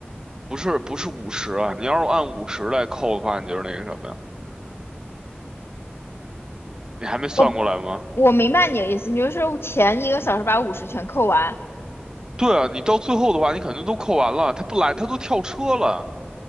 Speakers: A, on the right; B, on the left.
A: 不是不是五十啊，你要是按五十来扣的话，你就是那个什么呀？你还没算过来吗？
B: 哦，我明白你的意思，你就是前一个小时把五十全扣完。
A: 对啊，你到最后的话，你肯定都扣完了，他不来，他都跳车了，